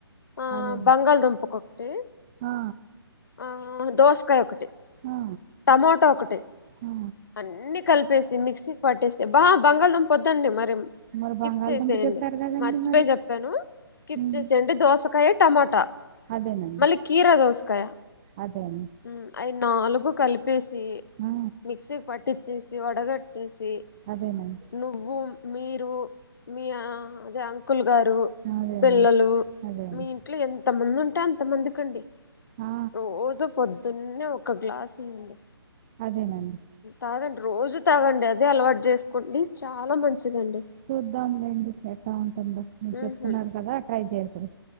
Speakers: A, on the left (about 50°); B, on the right (about 25°).
A: ఆ
B: అదే అండి.
A: బంగాళదుంప కోక్టి
B: ఆ,
A: ఆ దోస్కాయ్ ఒకటి
B: ఆ,
A: టమాటా ఒకటి
B: ఆ.
A: అన్ని కల్పేసి మిక్సీక్ పట్టేసి బా బంగళదంపొద్దండి మరి
B: మరి
A: స్కిప్
B: బంగాళదుంప
A: చేసేయండి
B: చెప్పారు కదండి
A: మర్చిపెయి
B: మరి
A: జెప్పాను స్కిప్
B: ఉమ్.
A: చేసేయండి దోసకాయ టమాటా
B: అదేనండి
A: మళ్ళీ కీరా దోస్ క్కయ
B: అదే అండి
A: మ్మ్ అవి నాలుగు కలిపేసి
B: ఆ,
A: మిక్సీక్ పట్టిచేస్ ఇది వడగట్ టేసి
B: అదేనండి
A: నువ్వు మీరు మీ ఆ అదే అంకుల్ గారు
B: అదేనండి
A: పిల్లలు
B: అదే అండి
A: మీ ఇంట్లో ఎంత మంది ఉంటే అంత్ కొంతమంది కండి
B: ఆ,
A: రోజు పొద్దున్నే ఒక గ్లాస్ ఇయ్యండి
B: అదేనండి
A: తాగండి రోజు తాగండి అదే అలవాట్ జేస్కొండి చాలా మంచిదండి
B: చూద్దాంలేండి కథా <unintelligible> మీర్
A: ఉహు
B: చెప్తున్నారు కదా ట్రై జేస్తరు